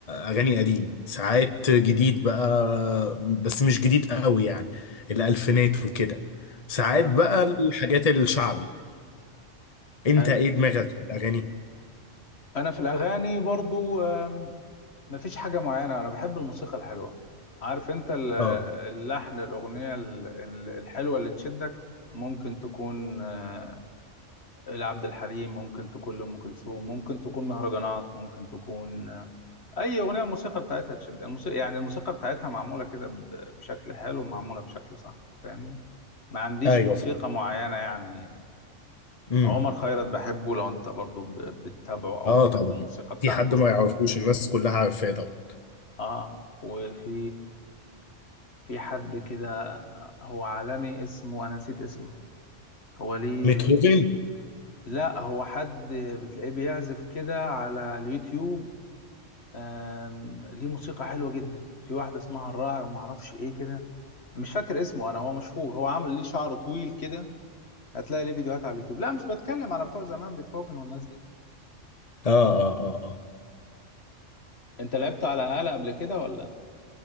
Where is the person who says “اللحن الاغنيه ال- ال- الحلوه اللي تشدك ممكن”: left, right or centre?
Left